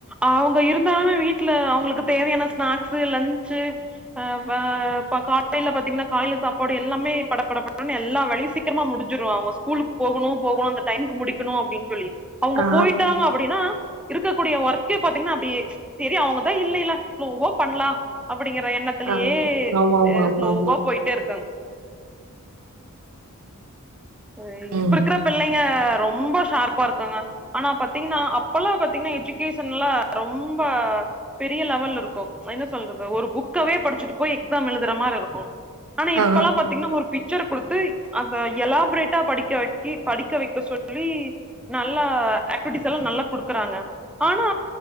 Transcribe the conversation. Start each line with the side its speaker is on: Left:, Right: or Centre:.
Centre: அவ்ங்க இருந்தால்மே வீட்ல அவ்ங்களுக்கு தேவையான ஸ்நாக்ஸு லன்ச்சு ஆ ப பா காலைய்ல பாத்தீங்னா காயில சாப்பாடு எல்லாமே படப்படப்படுன் எல்லா வேலயு சி க்கிர்மா முடிஞ்சுரு அவங்க ஸ்கூலுக் போகுணு போகுணு அந்த டைம்க்கு முடிக்கணு அப்டின் சொல்லி அவ்ங்க
Right: ஆ.
Centre: போய்ட்டாங்க அப்படின்னா இருக்கக்கூடிய வர்க்கே பாத்தீங்னா அப்டி செரி அவங்கதா இல்லையெல ஸ்லோவோ பண்லா அப்படிங்கற எண்ணத் க்கல்லியே
Right: ஆ. ஆமாமாமாமா.
Centre: எ ஸ்லோவா போய்ட்டே இர்க்கங் சய்
Right: ம்.
Centre: இப்ப இருக்ற பிள்ளைங்க ரொம்ப ஷார்ப்பா இருக்குங்க ஆனா பத்தீங்னா ப்பல்லா பாத்தீங்னா எஜுகேஷன்லா ரொம்ப பெரிய லெவல்ல இருக்கும் என்ன சொல்றது ஒரு புக்காவே படிச்சுட்டு போய் எக்ஸாம் எழுதுற மார் இருக்கும் ஆனா
Right: ஆ.
Centre: இப்பலாம் பாத்தீங்ன்னா ஒரு பிக்சர குடுத்து அந்த எலாம் செப்ரேட்டா படிக்க வைக்கி படிக்க வைக்க சொல்லி நல்லா ஆக்டிவிட்டிஸ் எல்லாம் நல்லா குடுக்குறாங்க ஆனா